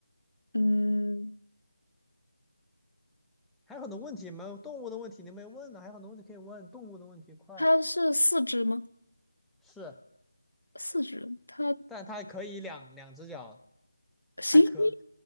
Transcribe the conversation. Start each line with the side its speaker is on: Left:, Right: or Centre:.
Left: 嗯，
Centre: 还有很多问题没有动物的问题你没问呢，还有很多问题可以问动物的问题，快
Left: 它是四肢吗？
Centre: 是。
Left: 四肢，它
Centre: 但它可以两两只脚，
Left: 星星，
Centre: 它可